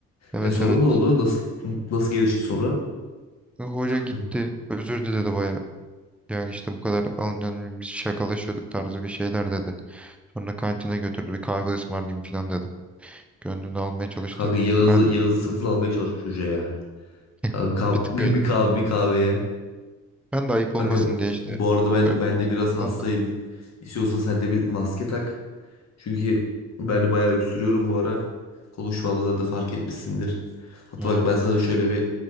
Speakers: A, in the centre; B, on the left.
A: evet
B: E sonra
A: evet.
B: ne oldu? Nasıl nasıl gelişti sonra?
A: Hoca gitti.
B: Hı.
A: Özür diledi baya. Ya işte bu kadar alınca biz şakalaşıyorduk tarzı bir şeyler dedi. Sonra kantine götürdü bir kahve ısmarlayayım falan dedi. Gönlümde almaya çalıştı.
B: Kanka Yağız'ı
A: Ben
B: Yağız'ı satın almaya çalışmış hoca ya.
A: <laughs>
B: Ya bir kahve,
A: bir tık öyle
B: <laughs> bir
A: oldum.
B: kahve, bir kahveye.
A: Ben de ayıp olmasın
B: Kanka
A: diye işte
B: bu arada ben
A: özür
B: ben
A: diledim
B: de biraz hastayım.
A: falan da.
B: İstiyorsan sen de bir maske tak. Çünkü ben de bayağı öksürüyorum bu ara. Konuşmamda da, da fark etmişsindir. Hatta
A: Ha,
B: bak ben sana şöyle bir...